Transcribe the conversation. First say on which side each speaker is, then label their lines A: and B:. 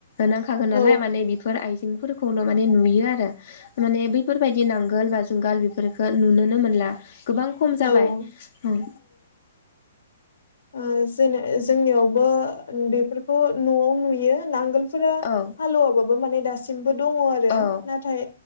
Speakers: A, on the left; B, on the left.
A: नांखागोन नालाय
B: औ
A: माने बेफोर आइजेंफोरखौ खौनो माने नुयो आरो माने बैफोरबायदि नांगोल बा जुंगाल बेफोरखो नुनोनो मोनला गोबां खम
B: औ
A: जाबाय उम
B: आ जोनो जोंनियावबो बेफोरखौ न'आव नुयो नांगोल फ्रा
A: औ
B: हालोवाबाबो बो माने दासिमबो दङ आरो
A: औ
B: नाथाय